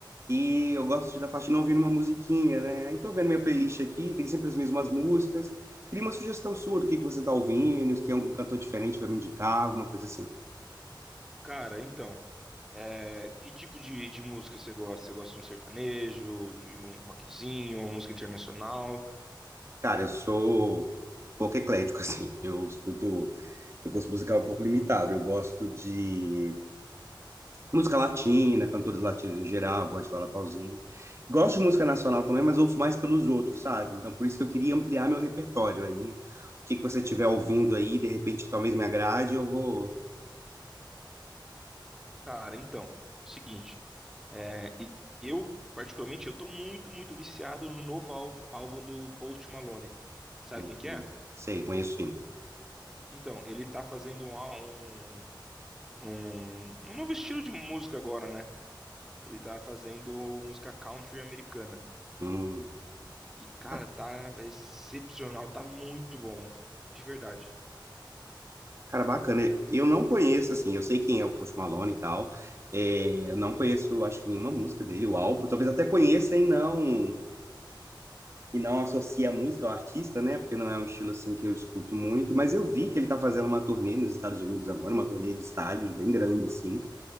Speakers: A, on the right; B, in the centre.
A: e eu gosto de dar faxina ouvindo uma musiquinha, né? Aí tô vendo minha playlist aqui, tem sempre as mesmas músicas. Queria uma sugestão sua do que que você tá ouvindo, se tem algum cantor diferente para me indicar, alguma coisa assim.
B: Cara, então, é, que tipo de, de música você gosta? Você gosta de um sertanejo, de um rockzinho, uma música internacional?
A: Cara, eu sou pouco eclético, <laughs> assim, eu escuto, meu gosto musical é um pouco limitado, eu gosto de Música latina, cantores latinos em geral, gosto de Laura Pausini. Gosto de música nacional também, mas ouço mais pelos outros, sabe? Então, por isso que eu queria ampliar meu repertório aí. O que que você estiver ouvindo aí, de repente, talvez me agrade, eu vou.
B: Cara, então, é o seguinte, é, e- eu, particularmente, eu tô muito, muito viciado no novo álbum, álbum do Post Malone. Sabe
A: Hum,
B: quem que
A: hum,
B: é?
A: Sei, conheço sim.
B: Então, ele tá fazendo um, á- um, um, um novo estilo de música agora, né? Ele tá fazendo música country americana.
A: Hum,
B: E, cara,
A: ba-
B: tá excepcional, tá muito bom. De verdade.
A: cara, bacana. Eu não conheço, assim, eu sei quem é o Post Malone e tal. É, eu não conheço, acho que nenhuma música dele, o álbum. Talvez até conheça e não. e não associa a música ao artista, né? Porque não é um estilo assim que eu escuto muito, mas eu vi que ele tá fazendo uma turnê nos Estados Unidos agora, uma turnê de estádios bem grande, assim.